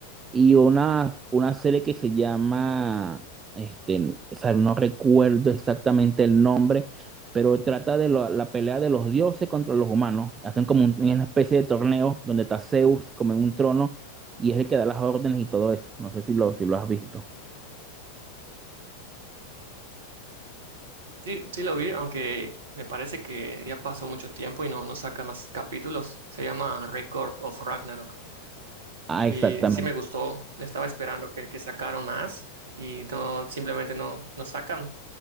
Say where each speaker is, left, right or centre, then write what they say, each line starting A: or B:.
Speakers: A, on the right; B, on the right.
A: y una, una serie que se llama, este, o sea, no recuerdo exactamente el nombre, pero trata de lo- la pelea de los dioses contra los humanos. Hacen como un- una especie de torneo donde está Zeus como en un trono y es el que da las órdenes y todo eso. No sé si lo, si lo has visto.
B: Sí, sí lo vi, aunque me parece que ya pasó mucho tiempo y no, no sacan más capítulos. Se llama Record of Ragnarok.
A: Ah,
B: Y
A: exactamente.
B: sí me gustó, estaba esperando que, que sacaran más y no, simplemente no, no sacan.